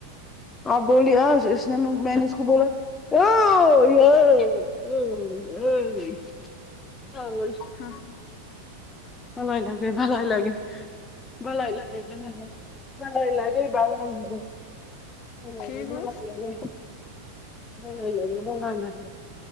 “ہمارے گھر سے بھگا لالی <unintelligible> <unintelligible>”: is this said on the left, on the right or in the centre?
Left